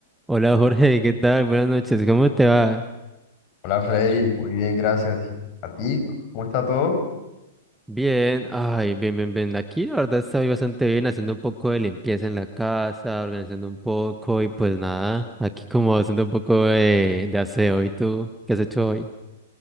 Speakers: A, in the centre; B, on the left (about 40°).
A: Hola Jorge, ¿qué tal? Buenas noches, ¿cómo te va?
B: Hola Freddy, muy bien, gracias. ¿Y ¿A ti? ¿Cómo está todo?
A: Bien, ay, bien, bien, bien. Aquí la verdad estoy bastante bien, haciendo un poco de limpieza en la casa, organizando un poco y pues nada, aquí como haciendo un poco de, de aseo. ¿Y tú? ¿Qué has hecho hoy?